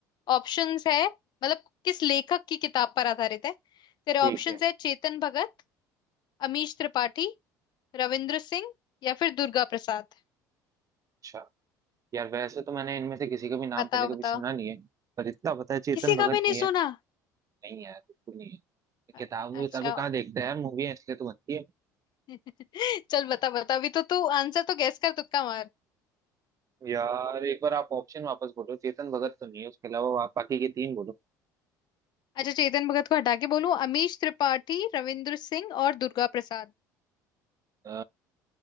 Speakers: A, on the left; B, on the right.
A: ऑप्शंस है मतलब किस लेखक की किताब पर आधारित है तेरे ऑप्शंस
B: ठीक है
A: है चेतन भगत अमीश त्रिपाठी रविंद्र सिंह या फिर दुर्गा प्रसाद
B: अच्छा यार वैसे तो मैंने इनमें से किसी का भी नाम
A: बताओ
B: पहले कभी
A: बताओ
B: सुना नहीं है पर इतना पता है चेतन
A: किसी
B: भगत
A: का भी नहीं
B: नहीं
A: सुना
B: है नहीं यार बिल्कुल नहीं है किताब
A: अ-
B: किताबें
A: अच्छा
B: कहाँ देखते हैं यार मूवी है इसलिए तो बनती है
A: <laughs> चल बता बता अभी तो तू आंसर तो गैस कर तुक्का मार
B: यार एक बार आप ऑप्शन वापस बोलो चेतन भगत तो नहीं है उसके अलावा आप बाकी के तीन बोलो
A: अच्छा चेतन भगत को हटा के बोलूं अमीश त्रिपाठी रविंद्र सिंह और दुर्गा प्रसाद
B: अ,